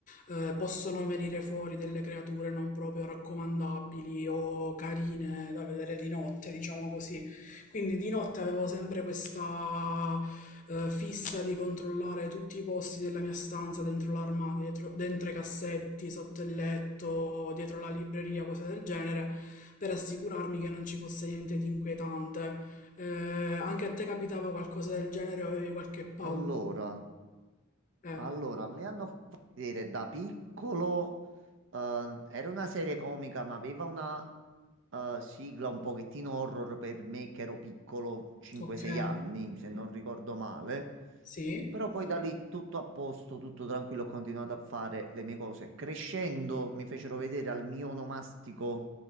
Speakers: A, on the left (about 40°); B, on the right (about 65°).
A: eh, possono venire fuori delle creature non proprio raccomandabili o carine da vedere di notte, diciamo così. Quindi di notte avevo sempre questa eh, fissa di controllare tutti i posti della mia stanza, dentro l'armadio, dietro- dentro i cassetti, sotto il letto, dietro la libreria, cose del genere, per assicurarmi che non ci fosse niente di inquietante. Eh, anche a te capitava qualcosa del genere, o avevi qualche paura?
B: Allora,
A: Eh,
B: allora, mi hanno fatto vedere da piccolo, ehm, era una serie comica, ma aveva una eh, sigla un pochettino horror per me che ero piccolo, 5-6
A: ok,
B: anni, se non ricordo male.
A: sì.
B: Però poi da Sì. lì tutto a posto, tutto tranquillo, ho continuato a fare le mie cose. Crescendo mi fecero vedere al mio onomastico,